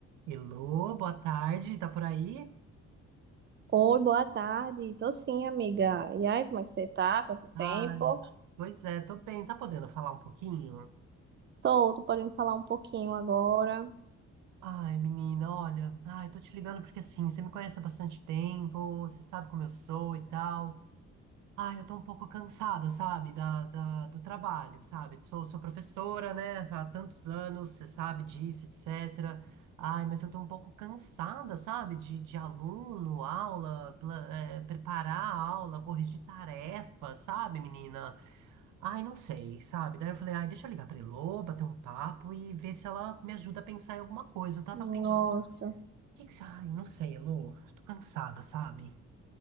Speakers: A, on the right; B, on the right.
A: Elô, boa tarde, tá por aí?
B: Oi, boa tarde. Tô sim, amiga. E aí, como é que você tá? Quanto
A: Ai,
B: tempo?
A: pois é, tô bem, tá podendo falar um pouquinho?
B: Tô, tô podendo falar um pouquinho agora.
A: Ai, menina, olha, ai, tô te ligando porque assim, você me conhece há bastante tempo, você sabe como eu sou e tal. Ai, eu tô um pouco cansada, sabe, da, da- do trabalho, sabe? Sou, sou professora, né, há tantos anos, você sabe disso, etc. Ai, mas eu tô um pouco cansada, sabe, de, de aluno, aula, pla- eh, preparar a aula, corrigir tarefa, sabe, menina? Ai, não sei, sabe? Daí eu falei, ai, deixa eu ligar pra Elô, bater um papo e ver se ela me ajuda a pensar em alguma coisa. Eu tava
B: Nossa,
A: pensando, o que que você... Ai, não sei, Elô, tô cansada, sabe?